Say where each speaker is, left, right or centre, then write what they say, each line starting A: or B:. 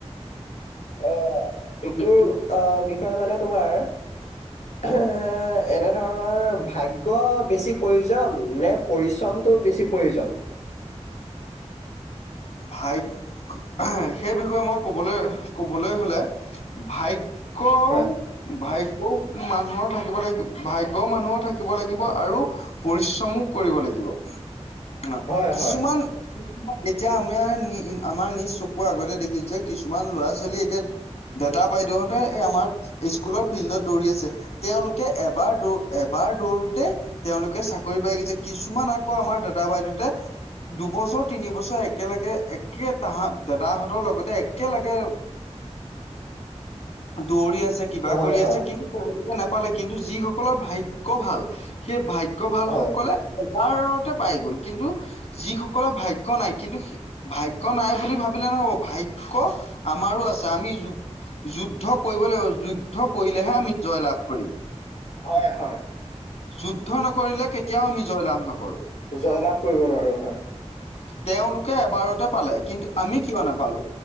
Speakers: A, on the left; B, on the left.
A: অ টপিকটোৰ
B: টপিকটো
A: আহ বিষয়ে মানে তোমাৰ। উ এ এনে ধৰণৰ ভাগ্যৰ বেছি প্ৰয়োজন নে পৰিশ্ৰমটো। বেছি প্ৰয়োজন।
B: ভাগ্য সেই বিষয়ে মই কবলৈ ক'বলৈ হলে ভাগ ক
A: হয়,
B: ভাই মানুহৰ থাকিব লাগিব ভাগ্য় মানুহো থাকিব লাগিব আৰু পৰিশ্ৰমো কৰিব লাগিব দিব অ
A: হয়,
B: কিছুমান
A: হয়,
B: এতিয়া আমি আমাৰ নিজ চকুৰ আগতে দেখিছো যে। কিছুমান ল'ৰা ছোৱালী এতিয়া দাদা বাইদেউহঁতে আমাৰ স্কুলৰ ফিল্ডত দৌৰি আছে তেওঁলোকে এবাৰ দৌ। এবাৰ দৌৰোতেই তেওঁলোকে চাকৰি পাই গৈছে কিছুমান আকৌ আমাৰ দাদা বাইদেউতে দুবছৰ তিনি বছৰ এক একেলগে একে তাহত দাদাহঁতৰ লগতে একেলগে দৌৰি আছে। কিবা
A: হয়,
B: কৰি
A: হয়,
B: আছে কিন্তু তেওঁলোকে নাপালে। কিন্তু যিসকলৰ ভাগ্যৰ ভাল সেই ভাগ্য ভাগ্য ভালসকলে
A: হয়।
B: এবাৰতে পাই গ'ল। কিন্তু যিসকলে ভাগ্য নাই। কিন্তু ভাগ্য নাই বুলি ভাবিলে নহ'ব। ভাগ্য আমাৰো আছে। আমি যুজ যুদ্ধ কৰিবলৈ যুদ্ধ কৰিলেহে আমি জয় লাভ কৰিম
A: হয় হয়
B: যুদ্ধ নকৰিলে কেতিয়াও আমি জয়লাভ নকৰো।
A: জয়লাভ কৰিব নোৱাৰো হয়।
B: তেওঁলোকে এবাৰতে পালে কিন্তু আমি কিয় নাপালো